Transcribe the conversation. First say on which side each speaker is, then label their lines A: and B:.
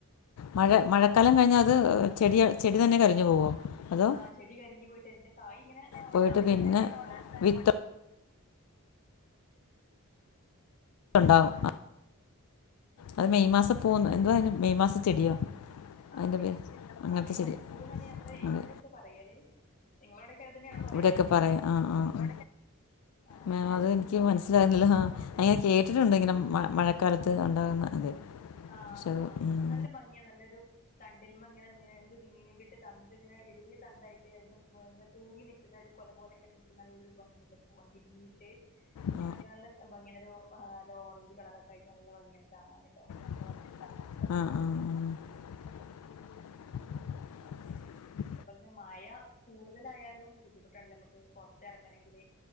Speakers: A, on the left (about 80°); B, on the left (about 35°).
A: മഴ മഴക്കാലം കഴിഞ്ഞ അത് ചെട ചെടി തന്നെ കരിഞ്ഞു പോവോ അതോ
B: ആഹ് ചെടി കരിഞ് പോയ്ട്ട് അതിന്റെ കായിങ്ങനെ അവടെ
A: പോയിട്ട് പിന്നെ
B: മണ്ണില് ണ്ടാവും
A: വിത്ത് ഉണ്ടാവും അത് മെയ് മാസം
B: അങ്ങനത്തെ
A: പോകുന്നു എന്തോ
B: ചെടികളൊക്കെ
A: അതിന് മെയ്
B: ഇണ്ട് ഇപ്പൊ
A: മാസം
B: മഴക്കാൽ
A: ചെടിയോ
B: ആ
A: അതിൻ്റെ
B: മീ
A: പേര് അങ്ങനത്തെ
B: ആ മെയ്
A: ചെടി
B: മാസ പൂവന്നന്നെ ഞങ്ങള് ഇവിടൊക്കെ
A: അതെ
B: പറയ്യൽ നിങ്ങളവടൊക്കെ എതനെയാണോ പറയൽ
A: ഇവിടെയൊക്കെ പറയും ആ ആ ആ
B: ആണ്ല്ലേ
A: മേ അത് എനിക്ക് മനസ്സിലാവ്‌ണ്ല്ല അങ്ങനെ കേട്ടിട്ടുണ്ട് ഇങ്ങനെ മഴ മഴക്കാലത്ത് ഉണ്ടാകുന്ന അത്
B: ആഹ്
A: പക്ഷെ
B: ആഹ്
A: ഉം,
B: നല്ല ഭംഗിയാണ് നല്ലൊരു തണ്ടിൽമ ഇങ്ങനെ നീണ്ട് നീണ്ടിട്ട് തണ്ട് ഇങ്ങനെ വലിയ തണ്ടായിട്ട് അതിങ്ങനെ തൂങ്ങി നി നിക്കണ ഒരു കൊല പോലെ ഇങ്ങനെ നിക്കുന്ന നല്ലൊരു ഭംഗിയുള്ള പൂവാണ് വിരിഞ്ഞിട്ട്
A: ആ
B: ഇങ്ങൊക്കെ നല്ല ഭംഗിയൊരു ആ ഓറഞ്ച് കളറൊക്കെ ആയിട്ട് നല്ല ഭംഗിയാണ് കാണാനിട്ടോ
A: ആഹ് ആഹ് ആഹ്
B: അതേപോലെ തന്നെ മഴ കൂടുതലായാലും ബുദ്ധിമുട്ടാണല്ലോ നമുക്ക് പുറത്ത് ഇറങ്ങണങ്കിൽ